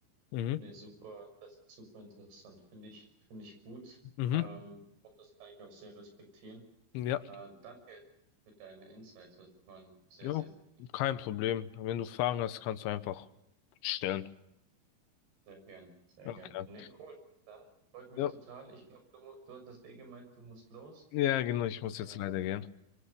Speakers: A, on the left; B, on the right.
A: Mhm.
B: Nee, super, das ist super interessant. Finde ich, finde ich gut.
A: Mhm.
B: Ähm, und das kann ich auch sehr respektieren.
A: Ja.
B: Äh, danke für deine Insights. Also, die waren sehr,
A: Ja,
B: sehr wichtig.
A: kein Problem. Wenn du Fragen hast, kannst du einfach stellen.
B: Sehr gern, sehr
A: Okay.
B: gern. Nee, cool. Dann freut mich
A: Ja,
B: total. Ich glaube, du, mu- du hattest eh gemeint, du musst los.
A: ja, genau, ich
B: Ich,
A: muss jetzt
B: äh,
A: leider gehen.